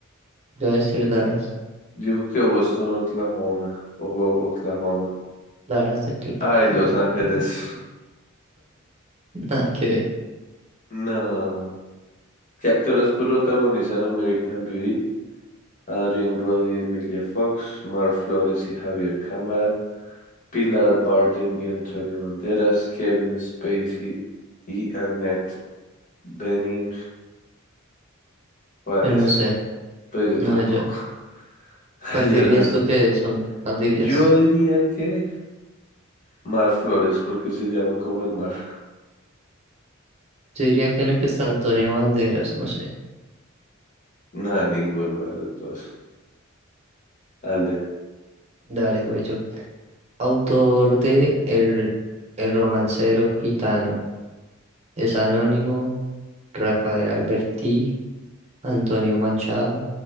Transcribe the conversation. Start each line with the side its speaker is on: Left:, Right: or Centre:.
Right: yo voy a decir Dallas,
Left: Digo que Boston, Oklahoma. O o Oklahoma.
Right: Dallas de Clipper,
Left: Ay,
Right: Clipper,
Left: Los Ángeles.
Right: <laughs> nada que ver,
Left: <laughs> No. ¿Qué actores protagonizan American Beauty? Adrien Brody, Emilia Fox, Mar Flores y Javier Cámara, Pilar Bardem y Antonio Banderas, Kevin Spacey y Annette Bening. ¿Cuáles?
Right: yo no sé,
Left: Pues yo
Right: no,
Left: tampoco.
Right: yo,
Left: <laughs>
Right: ¿cuál
Left: Yo,
Right: dirías
Left: la verdad.
Right: tú que son? ¿Cuál dirías?
Left: Yo diría que Mar Flores, porque se llama como el mar.
Right: Yo diría que en el que está Antonio Banderas, no sé,
Left: Nada, ninguno de los dos. Alde.
Right: dale, güey, yo, autor de El, El romancero gitano, es anónimo, Rafael Alberti, Antonio Manchado,